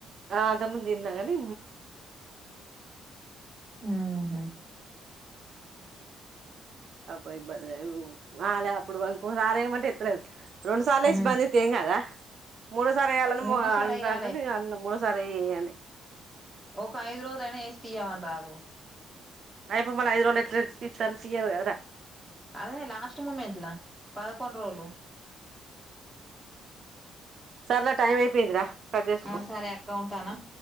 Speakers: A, on the right; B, in the centre.
A: ఆ అంతముందు దిన్ననీ
B: ఉమ్ హమ్
A: అబ్బా ఈ బర్రెలు ఆ అప్పుడుపో ఆర అమట ఎ రెండు సాల్లు లేసి
B: ఉమ్
A: బంద్ ఎస్తే ఏం కాదా మూడోసారి వేయాలని
B: మూడోసారి ఎయ్యాలే
A: అంటంట మూ సరే ఎయ్యాలే
B: ఒక ఐదు రోజుల అయినా వేసి తీయవాని రాదు
A: అయ్యప్ప మాలా ఐదు రజుల్లో ఎట్లా తిత్తరు తీయారుకదార
B: అదే లాస్ట్ ముూమెంట్ల పదకొండ్రోలు
A: సర్లే టైమ్ అయి అయిపోయిందిర కట్ చేస్కో
B: ఆ సరే అక్క ఉంటానా